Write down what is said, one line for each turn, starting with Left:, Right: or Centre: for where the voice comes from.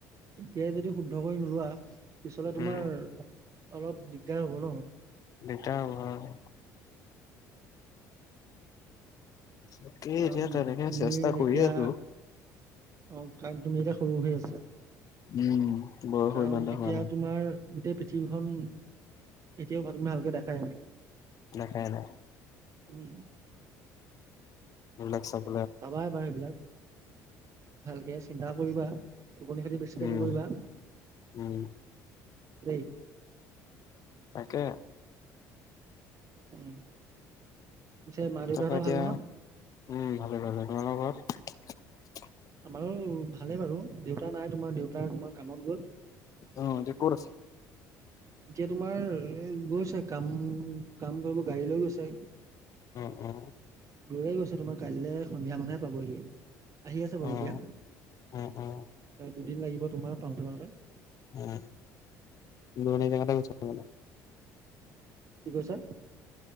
Right: এতিয়াই যদি শুদ্ধ কৰি নোলোৱা পিছলে তোমাৰ
Left: উম
Right: অলপ দিগদাৰ হ'ব ন'।
Left: দিগদাৰ হ'ব হয়। তাকেই
Right: কাৰণ
Left: এতিয়া তেনেকে
Right: তুমি
Left: চেষ্টা কৰি
Right: এতিয়া,
Left: আছো।
Right: অ', কাৰণ তুমি এতিয়া সৰু হৈ আছা।
Left: উম। বয়সো
Right: কাৰণ
Left: ইমান এটা
Right: এতিয়া
Left: হোৱা নাই
Right: তোমাৰ গোটেই পৃথিৱীখন। এতিয়াও তুমি ভালকে দেখাই নাই,
Left: দেখাই নাই
Right: উম।
Left: লাগ চ <unintelligible>
Right: চাবা এবাৰ সেইবিলাক, ভালকে চিন্তা কৰিবা। টোপনি খতি বেছিকে
Left: উম
Right: নকৰিবা
Left: উম
Right: দেই।
Left: তাকে।
Right: উম। পিছে মা দেউতাহতৰ
Left: তাৰপৰা এতিয়া,
Right: ভাল নহয়?
Left: উম, ভালে, ভালে তোমালোকৰ ঘৰত?
Right: আমাৰো ভালে বাৰু দেউতা নাই তোমাৰ দেউতা তোমাৰ কামত গ'ল।
Left: উ, এতিয়া ক'ত আছে?
Right: এতিয়া তোমাৰ গৈছে কাম, কাম কৰিব গাড়ী লৈ গৈছে।
Left: উম, উম।
Right: দূৰলে গৈছে তোমাৰ কাইলৈ সন্ধিয়া মানেহে পাবহি। আহি আছে বাৰু
Left: অ
Right: এতিয়া এ
Left: অ অ অ
Right: দুদিন লাগিব তোমাৰ পাওঁতে পাওঁতে।
Left: উম দূৰণি জেগাতে গৈছে নহ'লে।
Right: কি কৈছা?